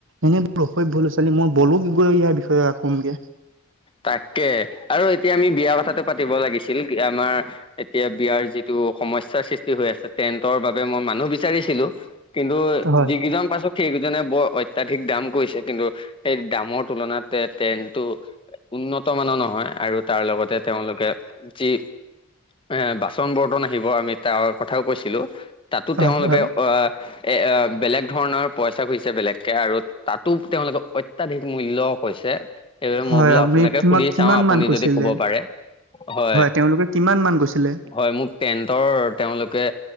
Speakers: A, on the right (about 60°); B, on the left (about 25°).
A: এনেই অশভ্য লৰা ছোৱালী মই বলোত গৈ ইয়াৰ বিষয়ে কমগে।
B: তাকে আৰু এতিয়া আমি বিয়া কথাটো পাতিব লাগিছিল কী আমাৰ এতিয়া বিয়াৰ যিটো সমস্যাৰ সৃষ্টি হৈ আছে, টেন্টৰ বাবে মই মানুহ বিচাৰিছিলোঁ। কিন্তু
A: হয়
B: যিকিজন পাইছোঁ সেইকেইজনে বৰ অত্যাধিক দাম কৈছে কিন্তু সেই দামৰ তুলনাত। টে টেণ্টো উন্নত মানৰ নহয়, আৰু তাৰ লগতে তেওঁলোকে যি এ বাচন-বৰ্তন আহিব আমি তাৰ কথাও কৈছিলো। তাতো
A: হয়
B: তেওঁলোকে
A: হয়
B: এ বেলেগ ধৰণৰ পইচা খুজিছে বেলেগকে আৰু তাতো তেওঁলোকে অত্যাধিক মূল্য কৈছে।
A: হয়
B: মই বোলো
A: আপুনি
B: আপোনাকে
A: কিমান
B: সুধি
A: কিমান
B: চাওঁ, আপুনি
A: মান কৈছিলে?
B: যদি ক'ব পাৰে। হয়,
A: তেওঁলোকে কিমান মান কৈছিলে?
B: হয় মোক টেন্টৰ তেওঁলোকে